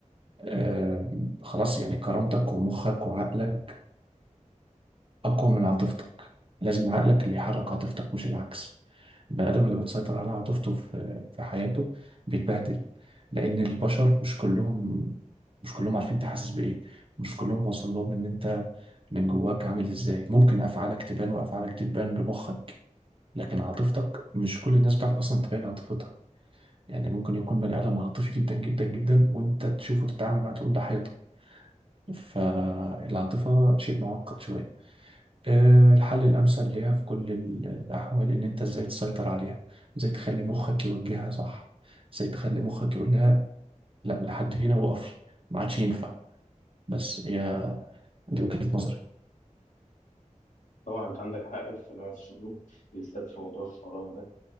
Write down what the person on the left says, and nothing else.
طبعا انت عندك حق في اللي أنا بتقوله بالذات في موضوع الكرامه ده